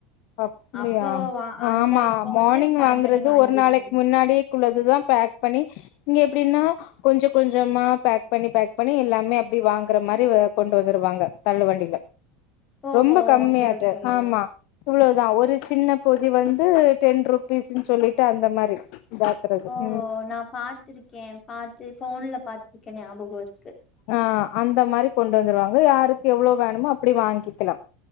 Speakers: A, on the left; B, on the left.
A: அப்புடியா
B: அப்ப வா அந்த
A: ஆமா
B: அப்ப
A: மார்னிங்
B: வந்து பிளான்
A: வாங்குறது
B: பண்ணி வாங்கிப்பாங்க
A: ஒரு நாளைக்கு முன்னாடியேகுள்ளது தா பேக் பண்ணி இங்க எப் ப்டின்னா கொஞ்சொ கொஞ்சமா பேக் பண்ணி பேக் பண்ணி எல்லாமே அப்டி வாங்குற மாரி வ கொண்டு வந்துருவாங்க தள்ளு வண்டில
B: ஓஹோ
A: ரொம்ப கம்மியாட்டு
B: ஓகே ஓகேங்க
A: ஆமா இவ்ளோதா ஒரு சின்ன பொதி வந்து டென் ருபீஸுன் சொல்லிட்டு அந்த மாரி இதாக்குறது
B: ஓ
A: ம்
B: நா பாத்திருக்கே பாத்து ஃபோன்ல பாத் துக்கெ ஞாபகொ இருக்கு
A: ஆ அந்த மாரி கொண்டு வந்துருவாங்க யாருக்கு எவ்ளொ வேணுமோ அப்பிடி வாங்கிக்கலா